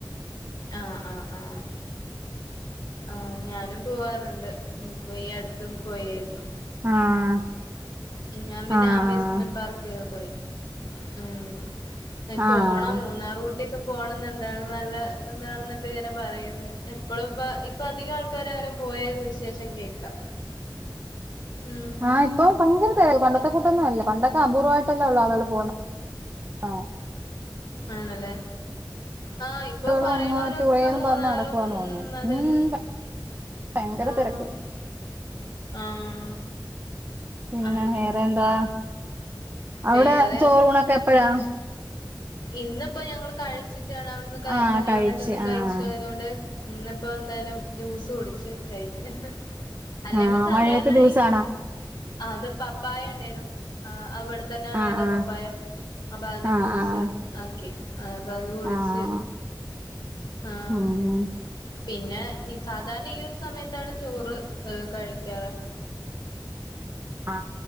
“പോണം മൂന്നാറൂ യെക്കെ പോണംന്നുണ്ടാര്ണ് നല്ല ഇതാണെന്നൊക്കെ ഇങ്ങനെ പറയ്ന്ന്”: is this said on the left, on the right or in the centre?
Left